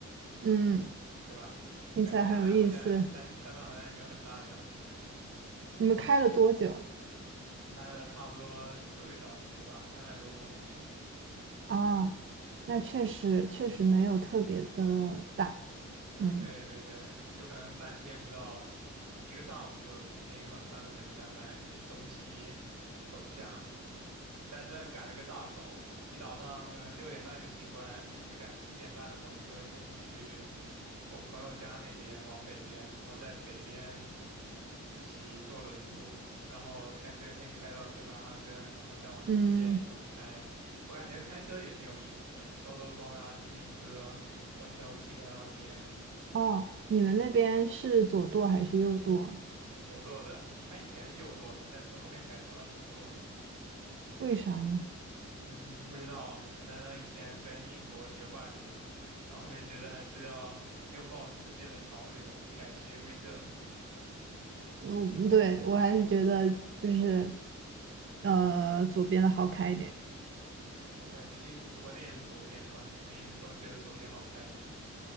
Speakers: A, on the right (about 45°); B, on the right (about 85°).
A: 嗯。
B: 对吧？
A: 听起来很有意思。
B: 感觉丹麦好像丹丹麦好像也没有很大的样子，
A: 你们开了多久
B: <laughs> 开了差不多四个小时吧，三百多公里。
A: 啊？
B: 对
A: 那确实确实没有特别的大。嗯
B: 对对对，就可能半天不到，一个上午就已经横穿了整个丹麦东西走向，但真的赶了个大早，一早上可能六点半就醒过来，必须赶七点半的火车先去我朋友家那边往北边，然后在北边一起坐轮渡，然后开车先开到哥本哈根，然后再往西边一路开。
A: 嗯
B: 我感觉开车也挺有意思的，兜兜风啊，听听歌，跟朋友一起聊聊天。
A: 哦，你们那边是左舵还是右舵？
B: 左舵的，他以前是右舵的，但是后面改成了左舵。
A: 为啥呢？
B: 嗯，不知道啊，可能以前跟英国学坏了吧，然后后面觉得还是要拥抱世界的潮流，改邪归正。
A: 嗯，对，我还是觉得就是呃左边的好开一点。
B: 对，毕竟国内也是左边的嘛，肯定都觉得左边好开一点。